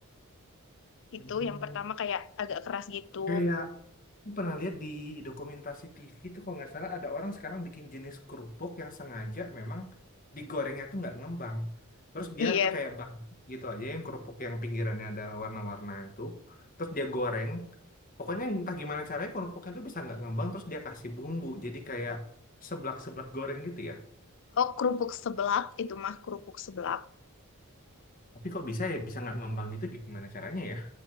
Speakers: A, on the left; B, on the left.
A: Itu
B: Hmm,
A: yang pertama kayak agak keras gitu.
B: Kayak Aku pernah lihat di dokumentasi TV itu kalau nggak salah ada orang sekarang bikin jenis kerupuk yang sengaja memang digorengnya tuh nggak ngembang. Terus dia
A: Iya.
B: tuh kayak bang gitu aja yang kerupuk yang pinggirannya ada warna-warna itu. Terus dia goreng. Pokoknya entah gimana caranya kerupuknya tuh bisa nggak ngembang terus dia kasih bumbu. Jadi kayak seblak-seblak goreng gitu ya.
A: Oh, kerupuk seblak itu mah kerupuk seblak.
B: Tapi kok bisa ya bisa nggak ngembang gitu gimana caranya ya?